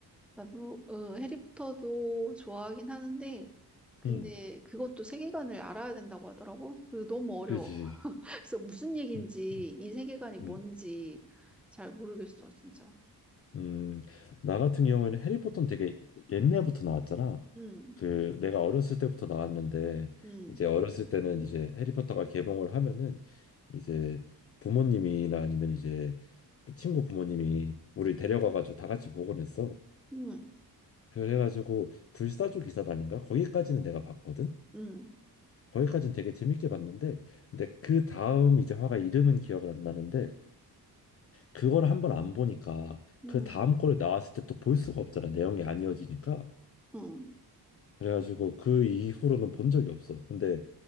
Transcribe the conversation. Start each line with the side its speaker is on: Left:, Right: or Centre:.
Centre: 나도 어, 해리포터도 좋아하긴 하는데 근데
Left: 음,
Centre: 그것도 세계관을 알아야 된다고 하더라고. 그래서 너무 어려워.
Left: 그지.
Centre: <laughs> 그래서 무슨 얘기인지
Left: 음, 음,
Centre: 이 세계관이 뭔지
Left: 음.
Centre: 잘 모르겠어, 진짜.
Left: 음. 나 같은 경우에는 해리포터는 되게 옛날부터 나왔잖아.
Centre: 음,
Left: 그 내가 어렸을 때부터 나왔는데
Centre: 음,
Left: 이제 어렸을 때는 이제 해리포터가 개봉을 하면은 이제 부모님이나 아니면 이제 친구 부모님이 우리 데려가가지고 다 같이 보곤 했어.
Centre: 음,
Left: 그래가지고 불사조 기사단인가 거기까지는 내가 봤거든.
Centre: 음,
Left: 거기까지는 되게 재밌게 봤는데, 근데 그 다음 이제 화가 이름은 기억을 안 나는데 그거를 한번 안 보니까
Centre: 음,
Left: 그 다음 거를 나왔을 때 또 볼 수가 없잖아. 내용이 안 이어지니까.
Centre: 음,
Left: 그래가지고 그 이후로는 본 적이 없어. 근데